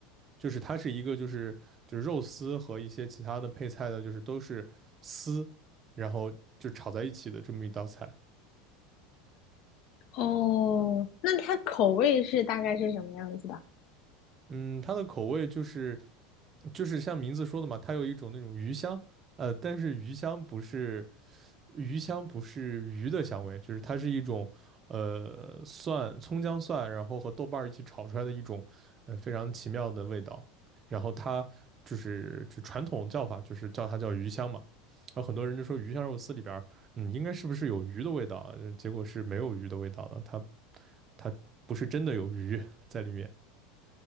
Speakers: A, on the right; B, on the left.
A: 就是它是一个就是就是肉丝和一些其他的配菜的，就是都是丝，然后就炒在一起的这么一道菜。
B: 哦，那它口味是大概是什么样子的？
A: 嗯，它的口味就是就是像名字说的嘛，它有一种那种鱼香，呃，但是鱼香不是鱼香不是鱼的香味，就是它是一种呃蒜、葱姜蒜，然后和豆瓣儿一起炒出来的一种呃非常奇妙的味道。然后它就是就传统叫法就是叫它叫鱼香嘛。然后很多人就说鱼香肉丝里边儿嗯，应该是不是有鱼的味道啊？呃结果是没有鱼的味道的，它它不是真的有鱼在里面。